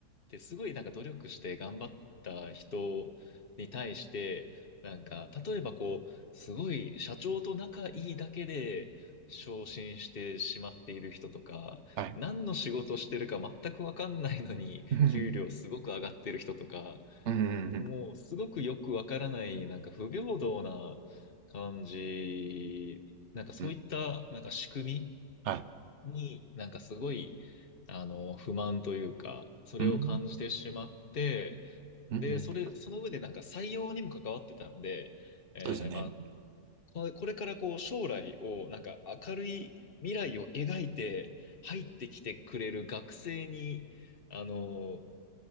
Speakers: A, on the left; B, on the right.
A: て、すごいなんか努力して頑張った人に対して、なんか例えばこう、すごい社長と仲いいだけで、昇進してしまっている人とか、
B: はい。
A: 何の仕事してるか全くわかんないのに、
B: うん。
A: 給料すごく上がってる人とか、
B: うん。
A: もうすごくよくわからない、
B: うん。
A: なんか不平等な感じ、なんかそういった、
B: うん
A: なんか仕組
B: はい。
A: みに、なんかすごい、あの、不満というか、それを感じてしまって、
B: うん。うん。う
A: で、それ、
B: ん
A: その上でなんか採用にも関わってたので、えーまあ、
B: そうですね。
A: このこれからこう将来をなんか明るい未来を描いて入ってきてくれる学生に、あの、